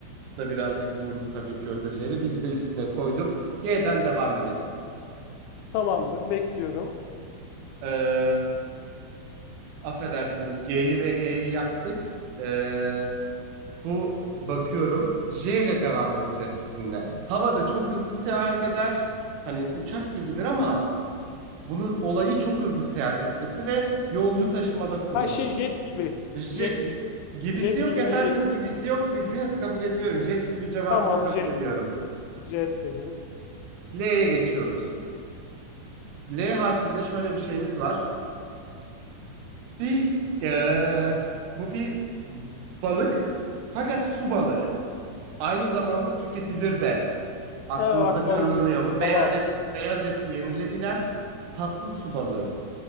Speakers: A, on the right; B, on the left.
A: da birazcık vurdu tabii ki ödülleri biz de üstüne koyduk. G'den devam edelim.
B: Tamamdır, bekliyorum.
A: Ee, Affedersiniz G'yi ve H'yi yaptık. Ee, bu bakıyorum J ile devam edeceğiz sizinle. Havada çok hızlı seyahat eder. Hani uçak gibidir ama bunun olayı çok hızlı seyahat etmesi ve yolcu taşımada kullanılır.
B: Her şey jet gibi.
A: J
B: Jet gibi.
A: gibisi
B: Jet
A: yok
B: gibinin
A: efendim
B: jeti.
A: gibisi yok bildiniz kabul ediyorum. Jet gibi cevabını
B: Tamam,
A: kabul
B: jet,
A: ediyorum.
B: jet dedim.
A: L'ye geçiyoruz. L harfinde şöyle bir şeyimiz var. Bir ee, bu bir balık fakat su balığı. Aynı zamanda tüketilir de. Aklınızda
B: Ha, akvaryumda
A: canlanıyor
B: değil.
A: mu? Beyaz
B: Tamam.
A: et, beyaz eti yenilebilen tatlı su balığı.